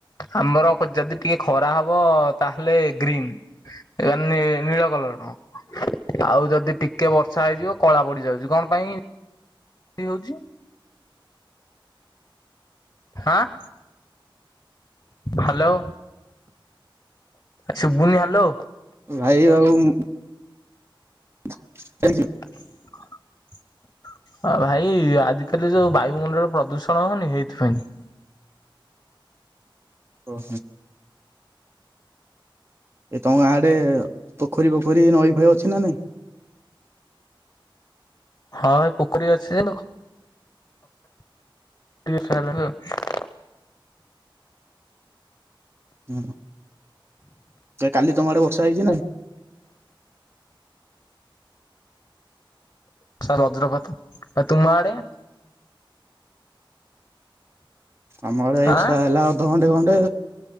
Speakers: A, on the left (about 35°); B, on the right (about 30°).
A: ଆମର କ ଯଦି ଟିକେ ଖରା ହବ ତାହେଲେ ଗ୍ରୀନ୍। ଇଆନି ନୀଳ କଲରର। ଆଉ ଯଦି ଟିକେ ବର୍ଷା ହେଇଯିବ କଳା ପଡ଼ିଯାଉଚି କଣ ପାଇଁ। କି ହଉଚି ଆଁ। ହାଲୋ ଶୁଭୁନି ହାଲୋ।
B: ଭାଇ ଆଉ ମୁଁ <unintelligible>
A: <inaudible> ଆ ଭାଇ ଆଜିକାଲି ଯୋଉ ବାୟୁମଣ୍ଡଳ ପ୍ରଦୂଷଣ ହଉନି ଏଇଥିପାଇଁ।
B: ଓହୋ। ଏ ତମ ଗାଁଆଡ଼େ ପୋଖରୀ ଫୋଖରୀ ନଈ ଫଇ ଅଛି ନା ନାଇଁ।
A: ହଁ ଏ ପୋଖରୀ ଅଛି <unintelligible> <unintelligible>
B: ଉଁ ହୁଁ। ଯେ କାଲି ତମ ଆଡ଼େ ବର୍ଷା ହେଇଚିନା?
A: ବଜ୍ରପାତ ତୁମ ଆଡେ? <inaudible>
B: ଆମ ଆଡେ଼ଏଇ ବର୍ଷା
A: ଆଁ
B: ହେଲା ଅଧଘଣ୍ଟେ ଘଣ୍ଟେ